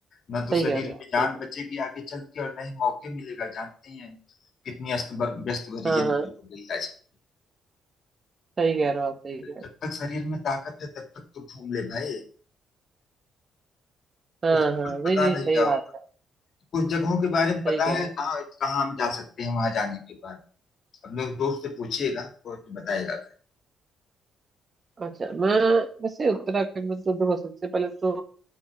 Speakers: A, on the left (about 60°); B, on the right (about 35°).
A: ना तो
B: सही
A: शरीर
B: कह रहे
A: नहीं
B: हो आप
A: में जान
B: सही कह
A: बचेगी आगे चल के और ना ही मौके मिलेगा जानते ही हैं कितनी अस्त व्यस्त भरी
B: हाँ
A: जिंदगी
B: हाँ
A: हो गई आजकल
B: सही कह रहे हो आप सही
A: तो
B: कह रहे
A: जब तक शरीर में ताकत है तब तक तो घूम ले भाई
B: हो हाँ
A: कुछ
B: हाँ
A: कुछ
B: नहीं
A: पता
B: नहीं
A: नहीं
B: सही
A: नहीं क्या हो
B: बात है
A: कुछ जगहों के बारे में
B: सही
A: पता
B: कह
A: है
B: रहे
A: कहाँ कहाँ हम जा सकते हैं वहां जाने के बाद अब लोग दोस्त से पूछिएगा और तो बताएगा
B: हो अच्छा मैं वैसे उत्तराखंड में तो देखो सबसे पहले तो